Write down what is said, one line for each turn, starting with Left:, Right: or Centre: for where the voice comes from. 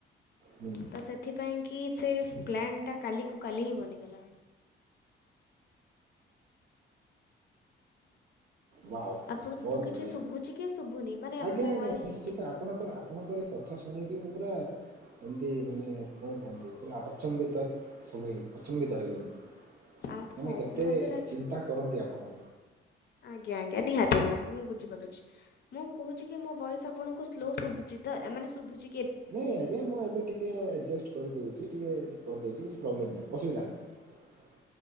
Right: ହୁଁ
Left: ତ ସେଥିପାଇଁ କି ସେ ପ୍ଲାନ୍ ଟା କାଲିକୁ କାଲି ହିଁ ବନିଗଲା।
Right: ୱାଓ
Left: ଆପଣଙ୍କୁ
Right: ବୋହୁତ
Left: କିଛି
Right: ବଢିଆ
Left: ଶୁଭୁଛି କି ଶୁଭୁନି ମାନେ
Right: ଆଜ୍ଞା
Left: ମୋ
Right: ଆଜ୍ଞା
Left: ଭଏସ୍
Right: ନିଶ୍ଚିତ
Left: ଟି
Right: ଆପଣଙ୍କର ଆପଣଙ୍କର କ କଥା ଶୁଣିକି ମୁଁ ପୁରା ଏମତି ମାନେ କଣ କୁହନ୍ତି ପୁରା ଆଚମ୍ବିତ ସବୁ ହେଇ ଅଚମ୍ବିତ ହେଇଗଲୁ।
Left: ଆଚ୍ଛା
Right: ମାନେ
Left: ଆଚ୍ଛା
Right: କେତେ
Left: ମୋତେ ଲାଗି
Right: ଚିନ୍ତା କରନ୍ତି ଆପଣ
Left: ଆଜ୍ଞ ଆଜ୍ଞା ନିହାତି ନିହାତି ମୁଁ ବୁଝିପାରୁଚି। ମୁଁ କୋହୁଚି କି ମୋ ଭଏସ୍ ଆପଣଙ୍କୁ ସ୍ଲୋ ଶୁଭୁଚି ତ ଏ ମାମେ ଶୁଭୁଚି
Right: ନାଇଁ ଆଜ୍ଞା ମୁଁ ଏବେ ଟିକେ ଆଡଜେଷ୍ଟ କରିଦୋଉଚି। ଟିକେ କରିଦୋଉଚି କିଛି ପ୍ରୋବ୍ଲେମ୍ ନାହିଁ ଅସୁବିଧା ନାହିଁ।